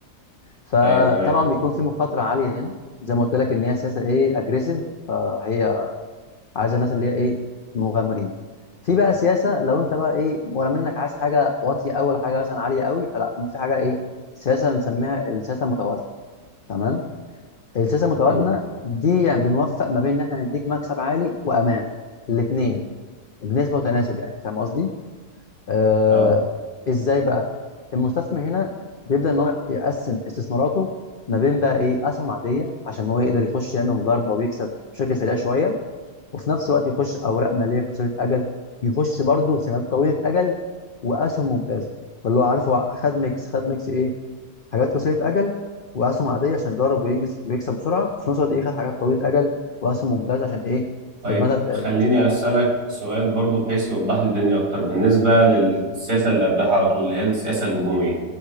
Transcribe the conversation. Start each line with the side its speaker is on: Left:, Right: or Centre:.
Left: فطبعا
Right: ايوه تمام
Left: بيكون في مخاطره عاليه هنا زي ما قلت لك ان هي سياسه ايه اجريسيف فهي عايزه الناس اللي هي ايه مغامرين في بقى سياسه لو انت بقى ايه ولا منك عايز حاجه واطيه أوي ولا حاجه مثلا عاليه قوي فلا في حاجه ايه سياسه بنسميها السياسه المتوازنه تمام السياسه المتوازنه
Right: مم.
Left: دي يعني بنوفق ما بين ان احنا نديك مكسب عالي وامان الاثنين بنسبه وتناسب يعني فاهم قصدي آه
Right: اه
Left: ازاي بقى المستثمر هنا بيبدأ ان هو يقسم استثماراته ما بين بقى ايه اسهم عاديه عشان هو يقدر يخش يعمل مضاربه ويكسب بشكل سريع شويه وفي نفس الوقت يخش اوراق ماليه قصيره اجل يخش برضه سندات طويله اجل واسهم ممتازه فاللي هو عارف هو خد ميكس خد ميكس ايه حاجات قصيره اجل واسهم عاديه عشان يضارب وينجز ويكسب بسرعه وفي نفس الوقت ايه خد حاجات طويله اجل واسهم ممتازه عشان ايه
Right: طيب
Left: المدى البعيد
Right: خليني اسالك سؤال برضو بحيث يوضح لي الدنيا اكتر بالنسبه للسياسه اللي قبلها على طول اللي هي السياسه الهجوميه